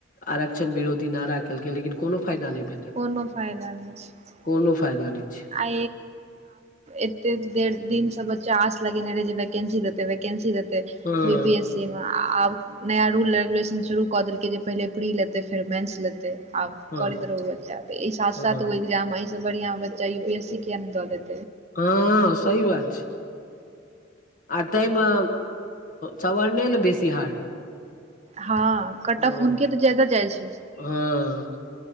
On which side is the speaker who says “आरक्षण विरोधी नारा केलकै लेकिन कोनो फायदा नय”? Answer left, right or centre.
Left